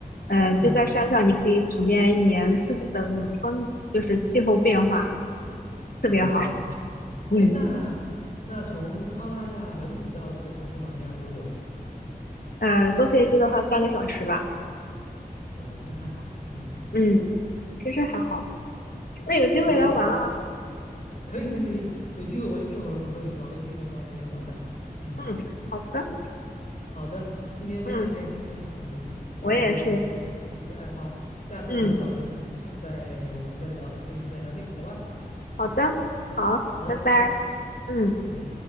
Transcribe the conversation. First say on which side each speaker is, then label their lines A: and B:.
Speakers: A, on the left; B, on the left.
A: 呃，
B: 嗯。
A: 就在山上你可以体验一年四季的那种风，就是气候变化，特别好。
B: 嗯嗯，
A: 嗯，
B: 哎，那那从澳大利亚本土到这个塔斯马尼亚有多久？
A: 呃，坐飞机的话三个小时吧。
B: 哦，那还好，嗯嗯
A: 嗯，其实还好。
B: 嗯，
A: 那有机会来玩啊。
B: 可以可以可以可以，有机会我一定会会找个机会到那边玩的。嗯，
A: 嗯，好的。
B: 好的，今天非常开心跟你聊这些兴趣爱好，
A: 嗯。我也是。
B: 下次我们找个时我们再我们再找机会再聊天，
A: 嗯，
B: 好吧？
A: 好的，好，
B: 好的，
A: 拜拜。
B: 拜拜。
A: 嗯。
B: 嗯。